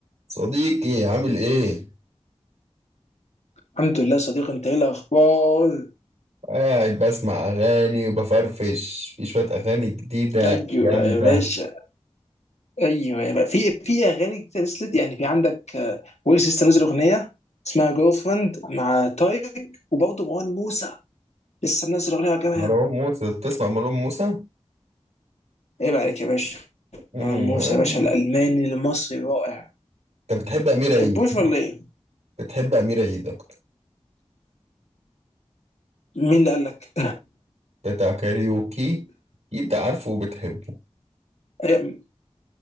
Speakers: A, on the right; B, on the left.
A: صديقي عامل ايه؟
B: الحمد لله صديق انت ايه الاخبار
A: قاعد بسمع اغاني وبفرفش في شوية اغاني جديدة
B: ايوه
A: جامدة
B: يا باشا ايوه يا باشا في في اغاني كتير نزلت يعني في عندك آه، ويجز لسه نازل اغنيه اسمها جيرل فريند مع تايك وبرضه مروان موسى لسه منزل اغنيه كمان
A: مروان موسى بتسمع مروان موسى؟
B: عيب عليك يا باشا
A: امم
B: مروان موسى
A: انا
B: يا باشا الالماني المصري رائع
A: انت بتحب امير
B: تحبوش
A: عيد صح؟
B: ولا ايه
A: بتحب امير عيد اكتر
B: مين اللي قال لك
A: بتاع كاريوكي اكيد عارفه وبتحبه
B: <laughs> ايه،